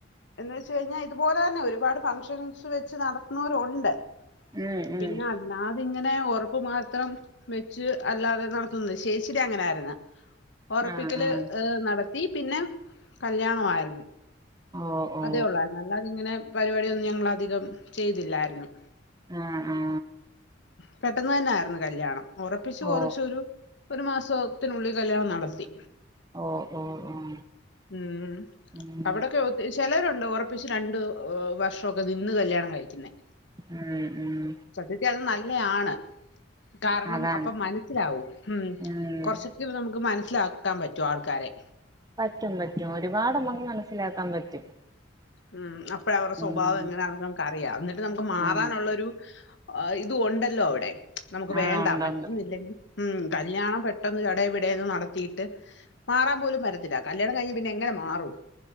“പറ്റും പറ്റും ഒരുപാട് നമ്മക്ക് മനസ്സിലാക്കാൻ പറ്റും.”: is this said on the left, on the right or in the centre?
Right